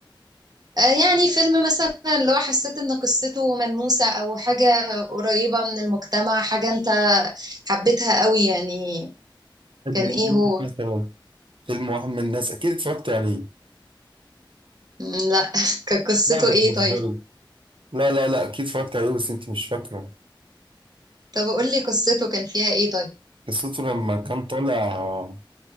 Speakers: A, on the right (about 50°); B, on the right (about 75°).
A: آه يعني فيلم مثلا لو حسيت ان قصته ملموسة او حاجة قريبة من المجتمع حاجة انت حبيتها قوي يعني
B: واحد
A: كان
B: من
A: ايه
B: الناس
A: هو
B: مثلا فيلم واحد من الناس اكيد اتفرجت عليه
A: مم، لا <laughs> كان قصته
B: لا ده
A: ايه
B: بتهزري
A: طيب
B: لا لا لا اكيد اتفرجت عليه بس انت مش فاكره
A: طب قول لي قصته كان فيها ايه طيب
B: قصته لما كان طالع آه،